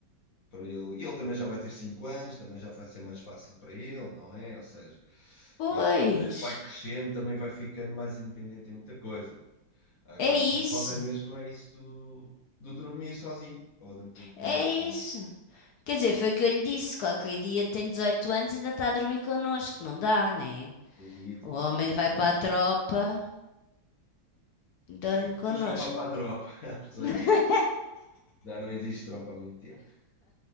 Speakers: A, on the left; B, on the left.
A: para ele. E ele também já vai ter 5 anos, também já vai ser mais fácil para ele, não é? Ou seja,
B: Pois,
A: ele ele vai crescendo, também vai ficando mais independente em muita coisa. Agora,
B: é isso,
A: o que falta mesmo é isso do, do dormir sozinho, ou do, do dormir
B: é
A: na caminha.
B: isso. Quer dizer, foi o que eu lhe disse: qualquer dia tem 18 anos e ainda está a dormir connosco, não dá, né?
A: Duvido,
B: O homem
A: porque ele é muito
B: vai
A: grande.
B: para a tropa, dorme
A: Duvido
B: connosco.
A: que o João vá para a tropa <laughs> aos 18
B: <laughs>
A: anos. Já não existe tropa há muito tempo.